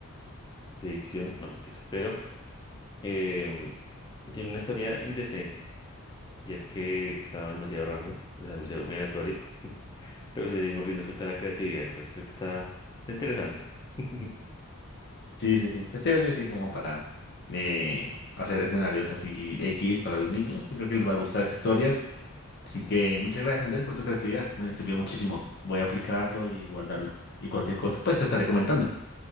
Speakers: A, on the left; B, on the left.
A: de dicción, no mentiras, pero em, tiene una historia indecente. Y es que estaba demasiado random, o sea, demasiado muy aleatorio. <laughs> Pero si seguimos riendo suelta a la creatividad, entonces creo que está, está interesante. <laughs>
B: Sí, sí, sí, está chévere así como para eh, hacer escenarios así X para los niños. Yo creo que les va a gustar esta historia. Así que muchas gracias, Andrés, por tu creatividad. Me sirvió muchísimo. Voy a aplicarlo y guardarlo. Y cualquier cosa, pues te estaré comentando.